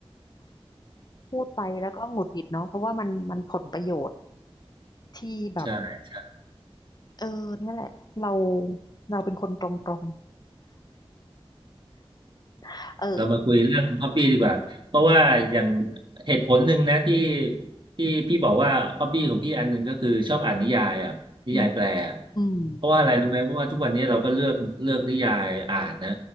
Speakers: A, on the left; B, on the right.
A: พูดไปแล้วก็หงุดหงิดเนาะเพราะว่ามันมันผลประโยชน์ที่แบบ
B: ใช่ใช่
A: เออเนี่ยแหละเราเราเป็นคนตรงๆ <laughs> เออ
B: เรามาคุยเรื่องฮอบบี้ดีกว่าเพราะว่าอย่างเหตุผลหนึ่งนะที่ที่พี่บอกว่าฮอบบี้ของพี่อันหนึ่งก็คือชอบอ่านนิยายอ่ะนิยายแปลอะ
A: อืมอืม
B: เพราะว่าอะไรรู้ไหมเพราะว่าทุกวันนี้เราก็เลือกเลือกนิยายอ่านนะ